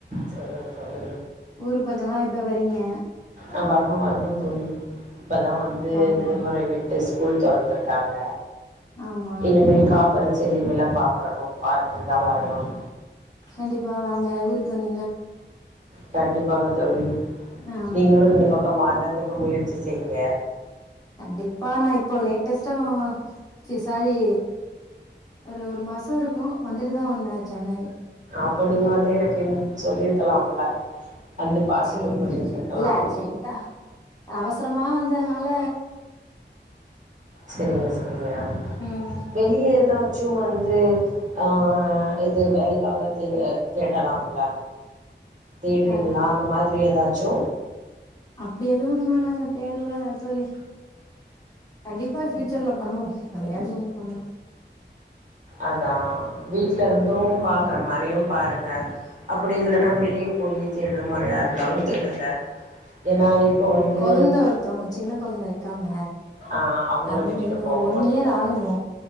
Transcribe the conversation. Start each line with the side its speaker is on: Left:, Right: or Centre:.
Right: செரிங்க தோழி
Left: ஊரு பக்கல்லா எப்ப வரீங்க
Right: ஆ வரணு வரணு தோழி இப்பதா வந்து
Left: வாங்க
Right: விடுமுறை விட்டு ஸ்கூல் தொறந்துருக்காங்க
Left: ஆமா
Right: இனிமேல் காப்பரிச்ச லீவெலா பாக்கணு பாத்துட்டுதா வரணும்
Left: கண்டிப்பா வாங்க ஊருக்கு வந்தி
Right: கண்டிப்பாக தோழி
Left: ஆ
Right: நீங்களு இந்த பக்க வாரத்துக் முயற்சி செய்ங்க
Left: கண்டிப்பா நா இப்ப லேட்டஸ்ட்டா ச சாரி ஒரு ஒரு மாச இருக்கு வந்துட்டுதா வந்த சென்னை
Right: அப்ப நீங்க வந்து எனக்கு சொல்லிருக்கலாம்ல வந்து பாத்துட்டு
Left: சேரி
Right: போயிருந்திருக்கலா
Left: இல்ல அர்ஜென்ட்டா அவசரமா வந் தனால
Right: செரிங்க செரிங்க
Left: ம்
Right: வெளிய எதாச்சு வந்து ஆ ஆ எது வேலைக்காகது தேடலாமல்ல தேடுறிங்ளா
Left: ஆ
Right: அந்த மாதிரி எதாச்சு
Left: அப்டி எதுவு இன்ன நாங்க தேடுல தோழி கண்டிப்பா ச்சல்ல பண்ணுவோ எதையாது ஒண்ணு பண்லா
Right: அதா வீட் வீட்ல இருந்தும்
Left: ஆ
Right: பாக்குற மாரியு பாருங்க அப்டி இல்லன்னா
Left: ஆ
Right: வெளியே போயி தேட ற மாரியா இருந்தாலு தேடுங்க ஏனா இப்போ வந்து
Left: கொழந்த ஒருத்தவங்க சின்ன கொழந்த இருக்காங்க
Right: ஆ அவங்கள
Left: அதுங்க
Right: விட்டுட்டு
Left: இன்னும்
Right: போக
Left: ஒன்
Right: முடியாது
Left: இயர் ஆகணு